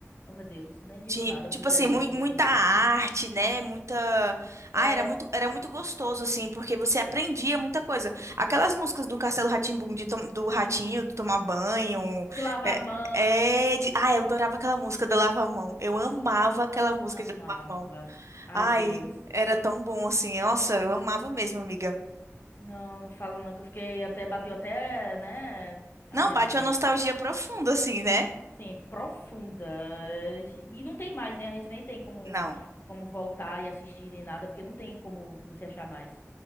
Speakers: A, on the left; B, on the right.
A: oh meu Deus, nem digo
B: Ti-
A: nada
B: Tipo
A: pros desenhos
B: assim, mui- muita
A: de hoje em dia.
B: arte, né? Muita.
A: É,
B: Ah, era muito, era muito gostoso, assim, porque você aprendia muita coisa. Aquelas músicas do Castelo rá tim do Ratinho, do Tomar Banho.
A: de lavar a mão.
B: É, é de... Ah, eu adorava aquela música do Lava a Mão. Eu amava
A: Sim.
B: aquela música
A: Amava.
B: de Lava a Mão.
A: Ai,
B: Ai,
A: Deus.
B: era tão bom, assim. Nossa, eu amava mesmo, amiga.
A: Não, não falo não, que eu fiquei até, bateu até, né? Ai,
B: Não,
A: ai,
B: bate
A: gente.
B: uma nostalgia profunda, assim, né?
A: Sim, profunda. E não tem mais, né? A gente nem tem como,
B: Não.
A: como voltar e assistir nem nada, porque não tem como você achar mais.